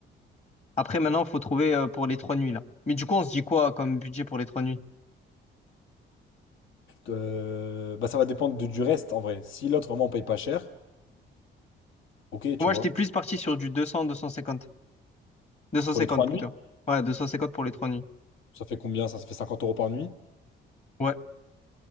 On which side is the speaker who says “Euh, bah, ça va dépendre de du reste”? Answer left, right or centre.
Left